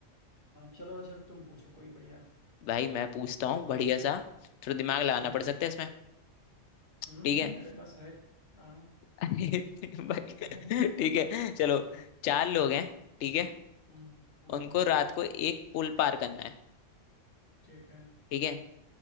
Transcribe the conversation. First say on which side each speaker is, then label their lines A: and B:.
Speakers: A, on the left (about 45°); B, on the left (about 70°).
A: चलो अच्छा तुम पूछो कोई बढ़िया
B: भाई मैं पूछता हूँ बढ़िया सा थोड़ा दिमाग लगाना
A: हम्म
B: पड़
A: हम्म
B: सकता है इसमें
A: हम्म
B: ठीक
A: हम्म,
B: है
A: मेरे पास है हाँ
B: <laughs> भाई
A: <laughs> हाँ,
B: ठीक है चलो चार लोग हैं ठीक है
A: हम्म हम्म
B: उनको रात को एक पुल पार करना है
A: ठीक है
B: ठीक है